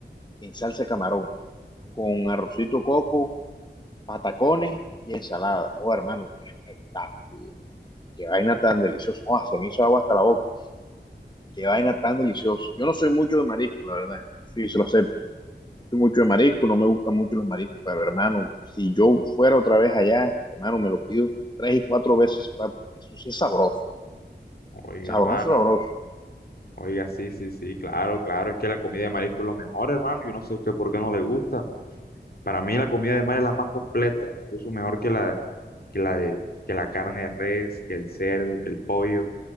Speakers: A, on the left (about 25°); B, on the left (about 60°).
A: en salsa de camarón, con arrocito coco, patacones y ensalada. Oh, hermano, qué espectáculo, qué vaina tan deliciosa. Oh, se me hizo agua hasta la boca, qué vaina tan deliciosa. Yo no soy mucho de marisco, la verdad, sí, se lo acepto. Soy mucho de marisco, no me gustan mucho los mariscos, pero hermano, si yo fuera otra vez allá, hermano, me lo pido tres y cuatro veces, pa- porque eso sí es sabroso,
B: Oiga,
A: sabroso,
B: hermano.
A: sabroso.
B: Oiga, sí, sí, sí, claro, claro. Es que la comida de marisco es lo mejor, hermano. Yo no sé a usted por qué no le gusta. Para mí la comida de mar es la más completa, incluso mejor que la, que la de, que la carne de res, que el cerdo, que el pollo.